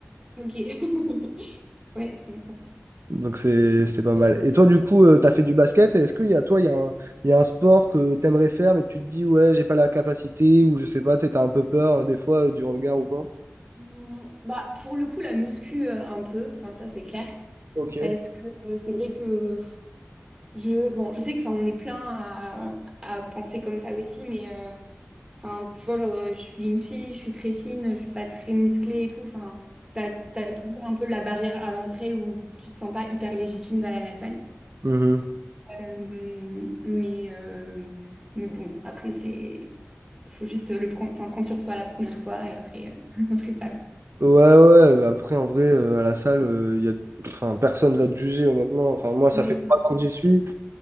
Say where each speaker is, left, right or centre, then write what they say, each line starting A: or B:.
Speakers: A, on the right; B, on the right.
A: Ok. <laughs> Ouais, je comprends.
B: Donc c'est c'est pas mal. Et toi, du coup, tu t'as fait du basket. et Est-ce qu'il y a toi, il y a un, il y a un sport que t'aimerais faire, mais tu te dis, ouais, j'ai pas la capacité, ou je sais pas, tu sais, t'as un peu peur euh, des fois euh, du regard ou quoi?
A: Hmm, Bah, pour le coup, la muscu, euh, un peu, enfin, ça, c'est clair.
B: Ok.
A: Parce que euh, c'est vrai que. Je, bon, je sais que, enfin, on est plein à, à penser comme ça aussi, mais euh, enfin, tu vois, genre, euh, je suis une fille, je suis très fine, je suis pas très musclée et tout. Enfin, t'as, t'as toujours un peu la barrière à l'entrée où tu te sens pas hyper légitime d'aller à la salle.
B: Mhm.
A: Euh, mais, euh, mais bon, après, c'est, faut juste le prendre, enfin, prendre sur soi la première fois et après, euh, <laughs> après ça va.
B: Ouais, ouais, bah après, en vrai, euh, à la salle, euh, y a... enfin, personne va te juger, honnêtement. Enfin, moi, ça
A: Ouais,
B: fait
A: c'est ça.
B: trois ans que j'y suis,